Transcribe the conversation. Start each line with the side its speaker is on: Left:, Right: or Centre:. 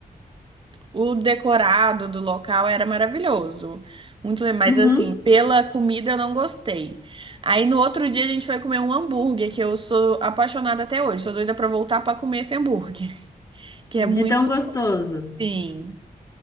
Right: o decorado do local era maravilhoso. Muito, le- mas
Left: Uhum,
Right: assim, pela comida eu não gostei. Aí no outro dia a gente foi comer um hambúrguer que eu sou apaixonada até hoje. Sou doida pra voltar pra comer esse hambúrguer, <laughs> que
Left: de
Right: é muito
Left: tão gostoso.
Right: sim.